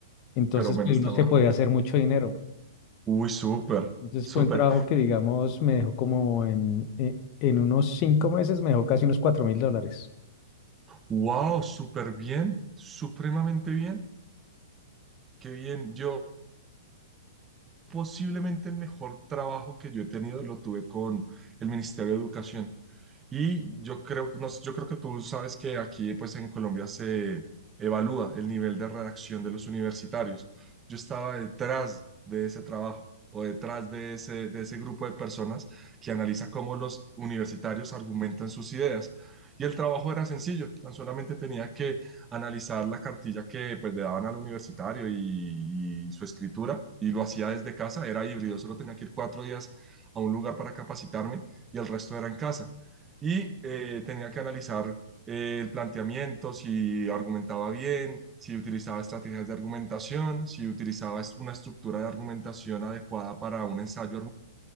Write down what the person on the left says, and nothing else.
entonces
pues, uno
se podía hacer mucho dinero.
Entonces
fue un trabajo que, digamos, me dejó como en, en, en unos cinco meses, me dejó casi unos cuatro mil dólares.